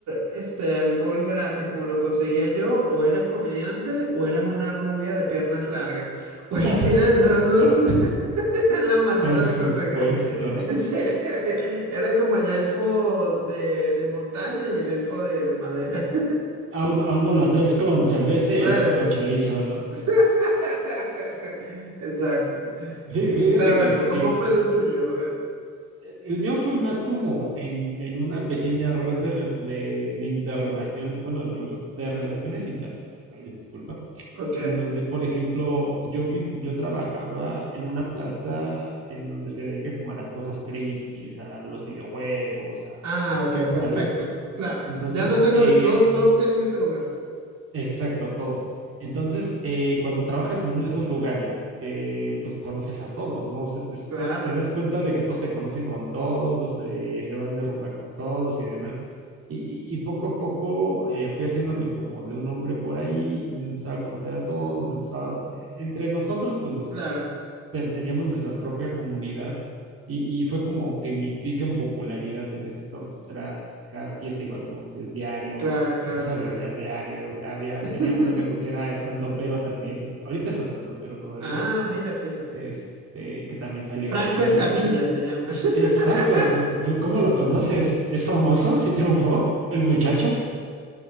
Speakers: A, on the right; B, on the right.
A: este alcohol gratis como lo conseguía yo, o eras comediante o eras una rubia de piernas largas. <laughs> Cualquiera
B: Por supuesto,
A: de esas dos <laughs> era la manera
B: por supuesto.
A: de conseguir <laughs> ese- Era como el elfo de, de montaña y el elfo de, de madera. <laughs>
B: A, un- a uno lo traes con cerveza y
A: Claro.
B: al otro
A: es.
B: con chorizo, ¿no?
A: <laughs> Exacto.
B: Fí- Fíjate
A: Pero bueno,
B: que,
A: ¿cómo
B: que-
A: fue
B: que
A: el tuyo? A ver.
B: el el mío fue más como en, en una pequeña red de, re- de, de interrelación, bueno, de, re- de relaciones interpersonales, disculpa,
A: Ok.
B: en donde, por ejemplo, yo vi, yo trabajaba en una plaza en donde se dedica como a las cosas frikis, a los videojuegos, a
A: Ah,
B: las,
A: ok, perfecto.
B: al,
A: Claro,
B: entonces,
A: ya lo tengo,
B: eh,
A: todos, todos tienen ese lugar.
B: Exacto, todos. Entonces, eh, cuando trabajas en uno de esos lugares, eh, pues conoces a todos, ¿no? Se- es-
A: Claro,
B: eh, te das cuenta de que todos se conocen con todos, todos se, se van de rumba con todos y demás. Y, y poco a poco eh, fui haciéndome como de un hombre por ahí, empezaba a conocer a todos, me empezaba- eh, entre nosotros, pues nos
A: claro,
B: teníamos nuestra propia comunidad y, y fue como que mi pico en popularidad en ese entonces. Era, era fiesta igual como dices, diario,
A: claro, claro,
B: empecé a beber
A: claro.
B: diario. Había,
A: <laughs>
B: tenía un amigo que era estandopero también, ahorita es estandopero todavía,
A: Ah, mira, fíjate.
B: este, que también salió
A: Franco
B: de ahí.
A: Escamilla
B: Y,
A: se llama. <laughs>
B: exacto, o sea, ¿cómo lo conoces? ¿Es famoso? ¿Sí triunfó el muchacho?